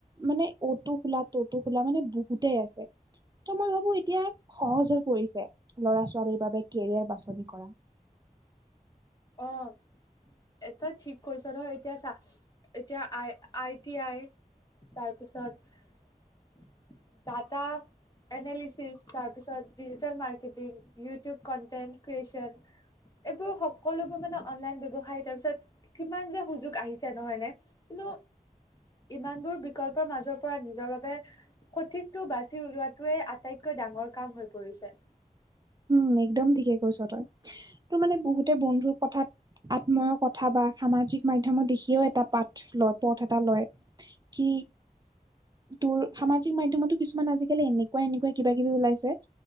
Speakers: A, on the right (about 25°); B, on the left (about 25°).
A: মানে অটো খোলা, তটো খোলা, মানে বহুতেই আছে। ত' মই ভাবোঁ, এতিয়া সহজ হৈ পৰিছে ল'ৰা ছোৱালীৰ বাবে কেৰিয়াৰ বাছনি কৰা।
B: অঁ। এটাই ঠিক কৈছ নহয়, এতিয়া চা এতিয়া আই আই টি আই তাৰ পিছত, টাটা এনালিচিছ, তাৰপিছত digital marketing YouTube content, creation এইবোৰ সকলোবোৰ মানে অনলাইন ব্যৱসায়, তাৰ পিছত কিমান যে সুযোগ আহিছে নহয় নে, কিন্তু ইমান বোৰ বিকল্পৰ মাজৰ পৰা নিজৰ বাবে, সঠিকতটো বাচি উলিওৱাতোৱে আটাইত কৈ ডাঙৰ কাম হৈ পৰিছে।
A: উম, একদম ঠিকে কৈছ তই, তোৰ মানে বহুতে বন্ধুৰ কথাত আত্ময়ৰ কথা বা সামাজিক মাধ্যমত দেখিয়ও এটা পাঠ লয়, পথ এটা লয়। কি? তোৰ সামাজিক মাধ্যমতো কিছুমান আজিকালি এনেকুৱা এনেকুৱাই কিবা কিবি ওলাইছে।